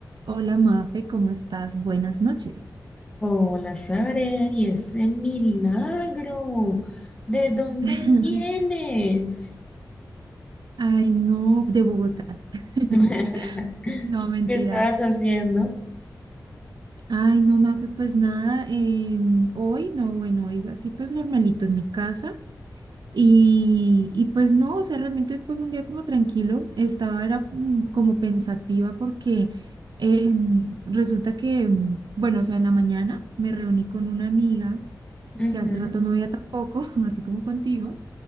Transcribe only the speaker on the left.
Hola, Sara, y ese milagro, ¿de dónde
vienes?
<laughs>
¿Qué estabas haciendo?
Ujú.